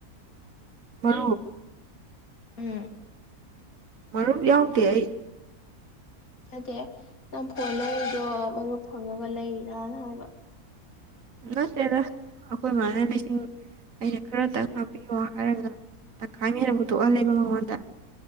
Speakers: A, on the right; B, on the left.
A: ꯃꯥ
B: ꯎꯝ
A: ꯃꯔꯨꯞ ꯌꯥꯎꯗꯦ ꯑꯩ
B: ꯅꯗꯦ ꯅꯪ ꯐꯣꯟ ꯂꯩꯔꯤꯗꯣ ꯃꯔꯨꯞ ꯐꯪꯉꯒ ꯂꯩꯔꯅ ꯍꯥꯏꯕ
A: ꯅꯠꯇꯦꯗ ꯑꯩꯈꯣꯏ ꯃꯥꯅ ꯂꯤꯁꯤꯡ ꯑꯩꯅ ꯈꯔꯗꯪ ꯍꯥꯞꯄꯤꯌꯣ ꯍꯥꯏꯔꯒ ꯇꯪꯈꯥꯏ ꯑꯃ ꯍꯦꯟꯅ ꯄꯨꯊꯣꯛꯍꯜꯂꯦꯕ ꯃꯉꯣꯟꯗ